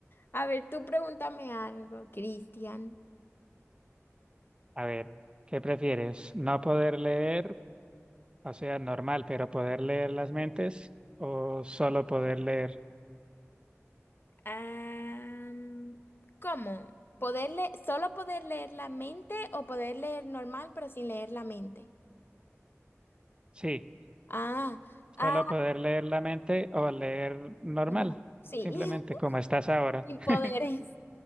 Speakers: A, on the left; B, on the right.
A: A ver, tú pregúntame algo, Cristian.
B: A ver, ¿qué prefieres? ¿No poder leer, o sea, normal, pero poder leer las mentes o solo poder leer?
A: Ah, ¿cómo? ¿Poder le- solo poder leer la mente o poder leer normal pero sin leer la mente?
B: Sí,
A: Ah, ah,
B: solo poder leer la mente o leer normal,
A: no, sí,
B: simplemente
A: <laughs>
B: como estás ahora.
A: sin
B: <laughs>
A: poderes.